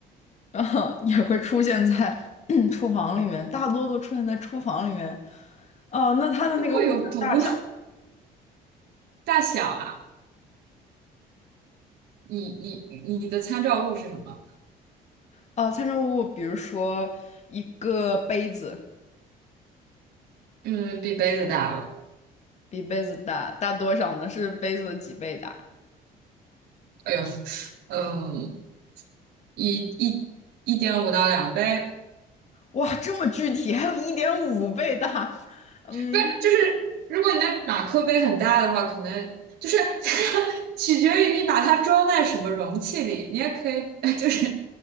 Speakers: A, on the left; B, on the right.
A: <laughs> 啊，也会出现在 <clears throat> 厨房里面，大多都出现在厨房里面。啊，那它的那个物题大小，
B: 怎么会有毒呢？大小啊，你你你的参照物是什么？
A: 啊，参照物，比如说一个杯子
B: 嗯，比杯子大了。
A: 比杯子大，大多少呢？是杯子的几倍大？
B: 哎呦，嗯。一一一点五到两杯，
A: 哇，这么具体，还有一点五倍大。嗯，
B: 不是，就是如果你的马克杯很大的话，可能就是 <laughs> 取决于你把它装在什么容器里。你也可以，<laughs> 就是